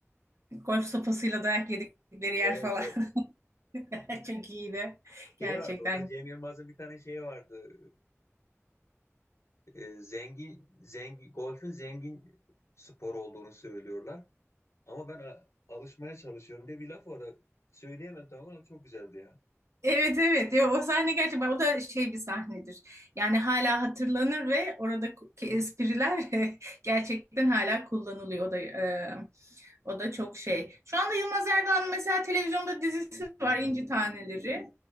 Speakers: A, on the right; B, on the left.
A: golf sopasıyla dayak yedikleri yer
B: Evet,
A: falan.
B: evet.
A: <laughs> Çok iyiydi. Gerçekten.
B: Şey vardı orada Cem Yılmaz'ın bir tane şeyi vardı. E, e, zengin, zengin, golfün zengin spor olduğunu söylüyorlar. Ama ben a- alışmaya çalışıyorum diye bir laf var. Söyleyemem tamam ama çok güzeldi ya.
A: Evet evet. Ya, o sahne gerçekten o da şey bir sahnedir. Yani hala hatırlanır ve oradaki espriler <laughs> gerçekten hala kullanılıyor. O da e, o da çok şey. Şu anda Yılmaz Erdoğan'ın mesela televizyonda dizisi var İnci Taneleri.